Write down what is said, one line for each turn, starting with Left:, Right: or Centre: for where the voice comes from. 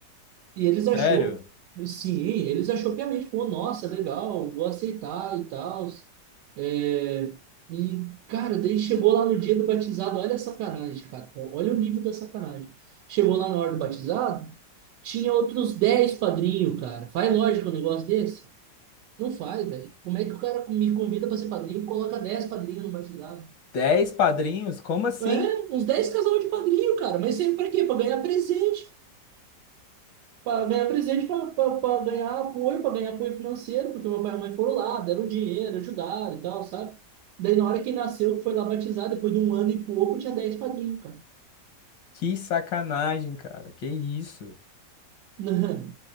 Right: E eles achou,
Left: Sério?
Right: sim, eles achou piamente, pô, nossa, legal, vou aceitar e tal. É, e, cara, daí chegou lá no dia do batizado, olha a sacanagem, cara, olha o nível da sacanagem. Chegou lá na hora do batizado, tinha outros 10 padrinhos, cara. Faz lógico um negócio desse? Não faz, velho. Como é que o cara me convida pra ser padrinho e coloca 10 padrinhos no batizado?
Left: Dez padrinhos? Como assim?
Right: É, uns 10 casal de padrinho, cara, mas sempre pra quê? Pra ganhar presente. para ganhar presente, para ganhar apoio, para ganhar apoio financeiro, porque meu pai e minha mãe foram lá, deram dinheiro, ajudaram e tal, sabe? Daí, na hora que nasceu, que foi lá batizar, depois de um ano e pouco, tinha dez padrinhos, cara. <laughs>
Left: Que sacanagem, cara. Que isso?
Right: Não,